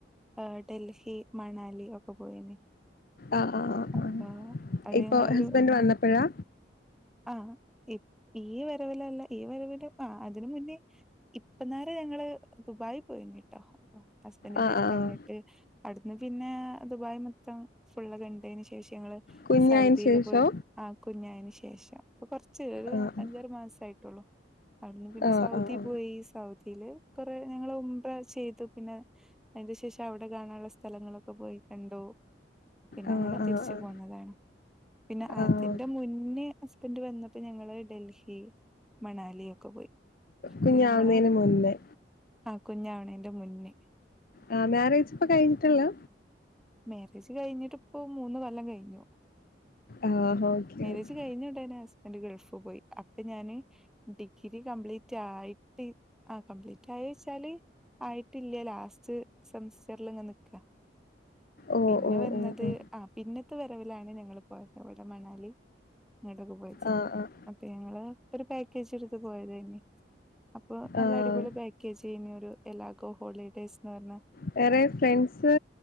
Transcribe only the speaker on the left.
ആഹ് ആഹ് ആഹ്
ആഹ്
ഇപ്പൊ
ഹാസ്ബെൻഡ് വന്നാപ്പോഴാ.
ആഹ്
ആഹ്
കുഞ്ഞായന്
ശേഷോ
ആഹ്
ആഹ്
ആഹ്
ആഹ്
ആഹ്
ആഹ്
ആഹ്
കുഞ്ഞാവുന്നതിന്
മുന്നേ
ആഹ് മാരേജ് ഇപ്പം കഴിഞ്ഞിട്ടൊളു
ആഹ് ഓക്കെ
ഓക്കെ
ഓ
ഓ
ഓ ഓ
ആഹ് ആഹ്
ആഹ്
വേറെ ഫ്രണ്ട്സ്